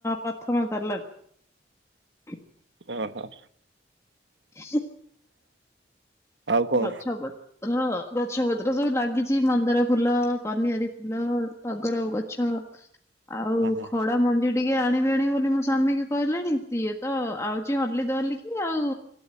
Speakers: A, on the left (about 15°); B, on the right (about 90°).
A: ପ୍ରଥମ ତାଲା ରେ
B: ଓହୋ
A: <inaudible>
B: ଆଉ କଣ
A: ଗଛପତ୍ର, ଗଛପତ୍ର ସବୁ ଲାଗିଛି, ମନ୍ଦାର ଫୁଲ, କନିଆରୀ ଫୁଲ, ତଗର ଗଛ, ଆଉ
B: ଓହୋ
A: ଖଡ଼ା ମଞ୍ଜି ତି ଏ ଆଣିବି, ଆଣିବି, ବୋଲି ମୋ ସାମୀ କି କହିଲି ଣି, ସିଏ ତ ଆଉଛି ହଲି ଦୋହଲି କି ଆଉ